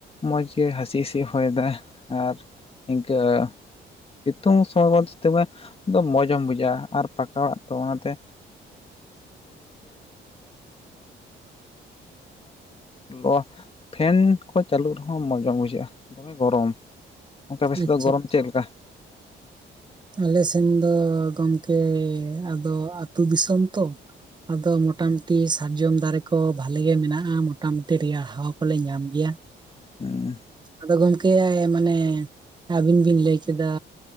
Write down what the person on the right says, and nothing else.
ᱟᱪᱪᱷᱟ
ᱟᱞᱮ ᱥᱮᱱ ᱫᱚ ᱜᱚᱝᱠᱮ ᱟᱫᱚ ᱟᱛᱩ ᱫᱤᱥᱚᱢ ᱛᱚ, ᱟᱫᱚ ᱢᱚᱴᱟᱝ ᱛᱤ ᱥᱟᱨᱡᱚᱢ ᱫᱟᱨᱮ ᱠᱚ ᱵᱷᱟᱞᱮ ᱜᱮ ᱢᱮᱱᱟᱜ-ᱟ ᱢᱚᱴᱟᱢᱩᱴᱤ ᱨᱮᱭᱟᱲ ᱦᱟᱣᱟ ᱠᱚᱞᱮ ᱧᱟᱢ ᱜᱮᱭᱟ ᱾
ᱟᱫᱚ ᱜᱚᱝᱠᱮ ᱢᱟᱱᱮ ᱟᱹᱵᱤᱱ ᱵᱤᱱ ᱞᱟᱹᱭ ᱠᱮᱫᱟ